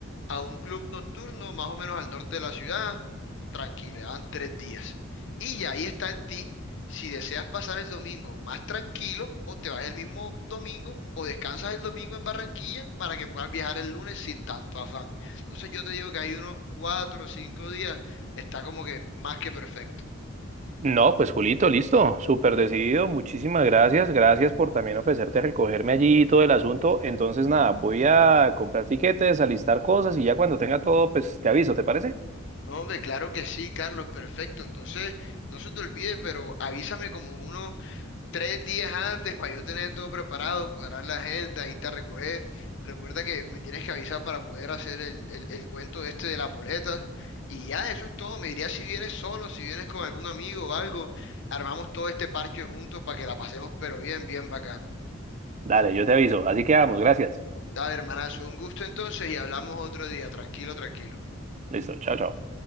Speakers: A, on the left (about 60°); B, on the right (about 35°).
A: a un club nocturno más o menos al norte de la ciudad. Tranquilo, ya van tres días. Y ya ahí está en ti si deseas pasar el domingo más tranquilo o te vas el mismo domingo o descansas el domingo en Barranquilla para que puedas viajar el lunes sin tanto afán. Entonces yo te digo que hay unos cuatro o cinco días, está como que más que perfecto.
B: No, pues Julito, listo, súper decidido, muchísimas gracias, gracias por también ofrecerte a recogerme allí y todo el asunto. Entonces, nada, voy a comprar tiquetes, alistar cosas y ya cuando tenga todo, pues te aviso, ¿te parece?
A: No, hombre, claro que sí, Carlos, perfecto. Entonces, no se te olvide, pero avísame como unos tres días antes para yo tener todo preparado, cuadrar la agenda y te recoger. Recuerda que me tienes que avisar para poder hacer el, el, el cuento este de las boletas. Y ya, eso es todo. Me dirías si vienes solo, si vienes con algún amigo o algo. Armamos todo este parche juntos para que la pasemos, pero bien, bien bacano.
B: Dale, yo te aviso, así que vamos, gracias.
A: Dale, hermanazo, un gusto entonces y hablamos otro día. Tranquilo, tranquilo.
B: Listo, chao, chao.